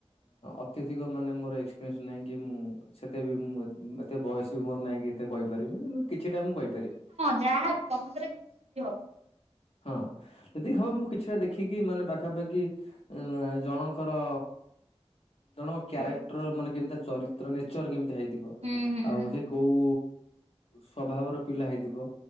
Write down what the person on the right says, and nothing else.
ଯାହାବ ତମ ଦ୍ୱାରା <unintelligible>
ହୁଁ
ହୁଁ ହୁଁ